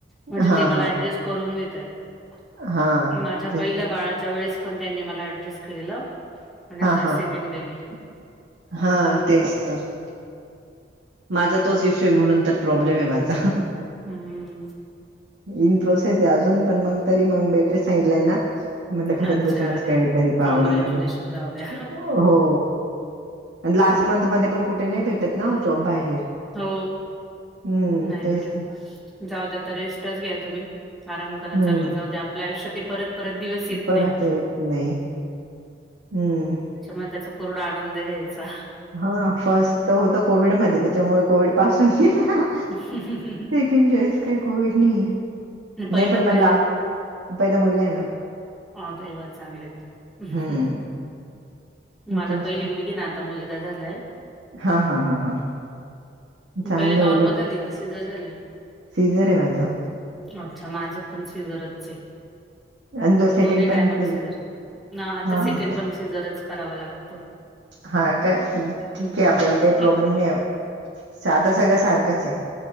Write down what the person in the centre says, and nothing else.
म्हणजे
ते मलां
ऍडजस्ट करूंन घेतांत
माझ्यां
पहिल्या बाळांच्या वेळेस पणं त्यांनी मलां ऍडजस्ट केलेलं. आणि
आंता
सेकंड बेबी.
हम्मं.
अच्छा
अरे
वा!
कॉँग्रॅच्युलेशन
जाऊ द्या.
हो
नाहीं
भेटतं.
जाऊ द्या तर रेस्टच घ्य तुम्ही आराम करा चांगलं
जाऊ द्या आपल्या आयुष्यात त परत परत दिवस येत
नाही
त्याच्यामुळे त्याचा पूर्ण आ आनंद घ्यायचा.
ह ह
पहिलं
काय
आहे
<unintelligible>
मला
पहिली मुलगी ना, आता मुलगा झालाय
पहिले नॉर्मल
झाली का सिझर झालंय?
अच्छा माझं पण सिजरच आहे.
दोन्ही
टायमाला
सिजर ना आता
सेकंड
पण सिजरच करावा लागतो
हं,
किती